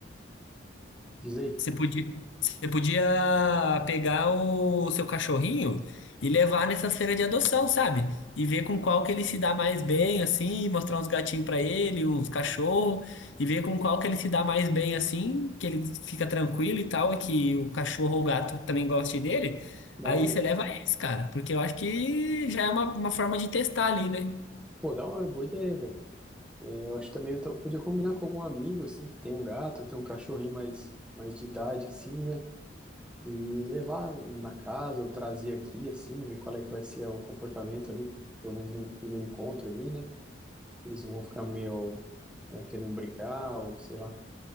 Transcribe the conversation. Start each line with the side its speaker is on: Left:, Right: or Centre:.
Centre: diz aí.
Left: Você podia, você podia pegar o seu cachorrinho e levar nessas feiras de adoção, sabe? E ver com qual que ele se dá mais bem, assim, mostrar uns gatinhos pra ele, uns cachorros, e ver com qual que ele se dá mais bem, assim, que ele fica tranquilo e tal, e que o cachorro ou o gato também goste dele.
Centre: Da
Left: Aí
Centre: hora.
Left: você leva esse, cara, porque eu acho que já é uma, uma forma de testar ali, né?
Centre: Pô, da hora, boa ideia, velho. É, Eu acho que também eu, to- eu podia combinar com algum amigo, assim, que tem um gato, tem um cachorrinho mais, mais de idade, assim, né? E levar um na casa, ou trazer aqui, assim, ver qual é que vai ser o comportamento ali, pelo menos no primeiro encontro ali, né? Se eles não vão ficar meio, é, querendo brigar, ou sei lá.